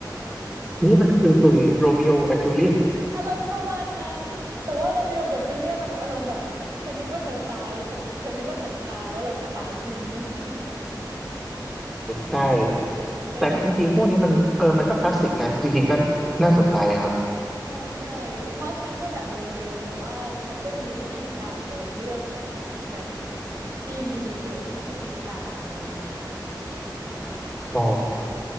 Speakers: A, in the centre; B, on the right.
A: นี่มันกึ่งกึ่งโรมิโอกับจูเลียต
B: อารมณ์ประมาณนั้นแต่ว่าโรเมโอกับจูเลียตมันอารมณ์แบบฉันนึกว่าเธอตายเธอเธอนึกว่าฉันตายแล้วเราก็ตายจริงอะไรอย่างเงี้ยพี่
A: ใช่
B: เออ
A: แต่จริงๆพวกนี้มันเออมันก็คลาสสิกนะจริงๆก็น่าสนใจนะครับ
B: ใช่ใช่พล็อตมันก็แบบเดิมๆแต่ว่ามันก็มีวิธีการเดินเรื่องแบบแบบที่มีดีเทลที่ให้ติดตามอะไรอย่างเงี้ยค่ะอืม
A: อ๋อ